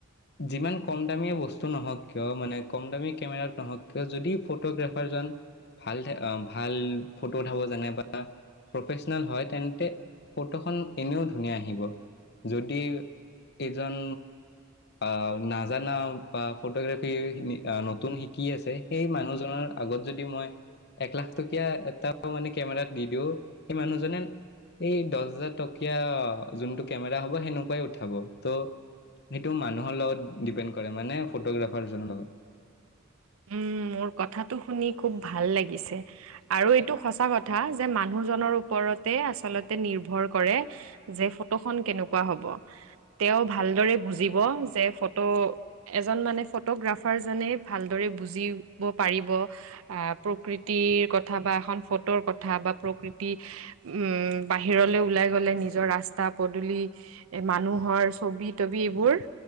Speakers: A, on the left (about 50°); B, on the right (about 80°).
A: যিমান কম দামীয়ে বস্তু নহওক কিয় মানে কম দামী কেমেৰাত নহওক যদি ফটোগ্ৰাফাৰজন ভাল থা অঁ ভাল ফটো উঠাব জানে বা প্ৰফেচনেল হয় তেন্তে ফটোখন এনেও ধুনীয়া আহিব, যদি এজন অ নাজানা বা ফটোগ্ৰাফিৰ নতুন শিকি আছে সেই মানুহজনৰ আগত যদি মই এক লাখ টকীয়া এটা মানে কেমেৰাত দি দিওঁ, সেই মানুহজনে এই দহ হাজাৰ টকীয়া যোনটো কেমেৰা হ'ব সেনেকুৱাই উঠাব ত' সেইটো মানুহৰ লগত ডিপেণ্ড কৰে মানে ফটোগ্ৰাফাৰজনৰ লগত।
B: উম, মোৰ কথাটো শুনি খুব ভাল লাগিছে। আৰু এইটো সঁচা কথা যে মানুহজনৰ ওপৰতে আচলতে নিৰ্ভৰ কৰে। যে ফটোখন কেনেকুৱা হ'ব, তেওঁ ভালদৰে বুজিব যে ফটো এজন মানে ফটোগ্ৰাফাৰ জনে ভালদৰে বুজিব পাৰিব। আহ, প্ৰকৃতিৰ কথা বা এখন ফটোৰ কথা বা প্ৰকৃতি উম, বাহিৰলৈ ওলাই গ'লে নিজৰ ৰাস্তা পদূলি। এ, মানুহৰ ছবি তবি এইবোৰ।